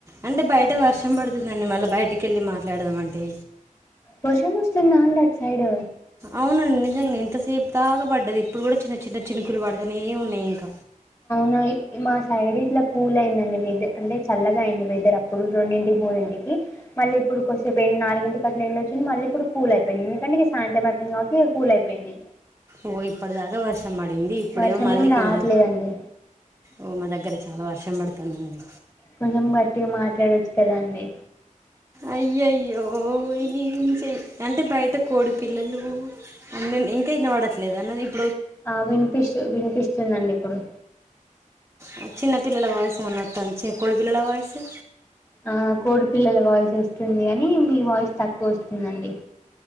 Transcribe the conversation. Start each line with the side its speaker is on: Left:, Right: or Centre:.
Right: అంటే బయట వర్షం పడుతుందండి మళ్ళీ బయటికి వెళ్ళి మాట్లాడదామంటే
Left: వర్షం వస్తుందా అండి అటు సైడు
Right: అవునండి నిజంగా ఎంతసేపు దాగ పడ్డది ఇప్పుడు కూడ చిన్న చిన్న చినుకులు పడుతనే ఏ ఉన్నాయి ఇంక
Left: నోయ్ మా సైడ్ ఇట్ల కూల్ అయిందండి వెదర్ అంటే చల్లగా అయింది వెదర్ అప్పుడు రెండింటికి మూడింటికి కి మళ్ళీప్పుడు కొద్సేపు ఎండ్ నాలుగింటికట్ల ఎండొచ్చింది, మళ్ళీ ఇప్పుడు కూల్ అయిపోయింది ఎందుకంటే ఇగ సాయంత్రం అయిపోయింది గాబట్టి ఇగ కూల్ అయిపోయింది
Right: ఓ ఇప్పుడుదాక వర్ష్ ర్షం పడింది ఇప్పుడేమో
Left: వర్షం
Right: మళ్ళీ
Left: ఏం రావట్లేదండి
Right: కొంచెం ఓ మా దగ్గర చాలా వర్షం ర్షం బడుతాందండి
Left: కొంచెం గట్టిగ మాట్లాడొచ్చు కదా అండి
Right: అయ్యయ్యో ఈ ఏం చెయ్ అంటే బయట కోడి పిల్లలు అందున్ ఇంక ఇనపడట్లేద నాదిప్
Left: ఆ వినిపిస్తు వినిపిస్తుందండిప్పుడు
Right: ఆ చిన్నపిల్లల వాయిస్ ఏమన్న వత్తాంద చి కొడిపిల్లల వాయిసు
Left: ఆ కోడి పిల్లల వాయిస్ వస్తుంది గనీ మీ వాయిస్ తక్కువ వస్తుందండి